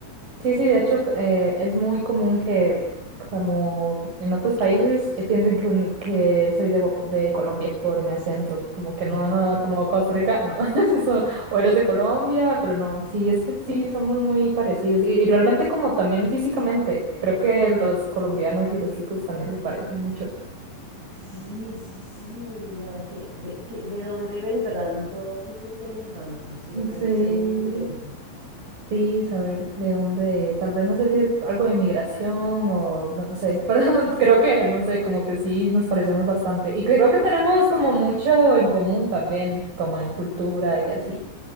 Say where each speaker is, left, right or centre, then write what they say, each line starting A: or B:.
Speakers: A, on the right; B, on the right.
A: Sí, sí, de hecho eh, es muy común que como en otros países eh, piensen que, un- que soy de, Bo- de Colombia por mi acento, como que
B: <laughs>
A: no, no, no, como Costa Rica, no, <laughs> eso, o eres de Colombia, pero no, sí, es que sí, somos muy parecidos y, y realmente como también físicamente, creo que los colombianos y los chicos también se parecen mucho.
B: Sí, sí, sí, mira, que de, que, de dónde vendrán todas esas semejanzas, me
A: Mm.
B: parece
A: Sí.
B: muy curioso.
A: Sí, saber de dónde, tal vez no sé si es algo de inmigración o no sé, <laughs> pero creo que, no sé, como que sí nos parecemos bastante y creo que tenemos como mucho en común también, como en cultura y así.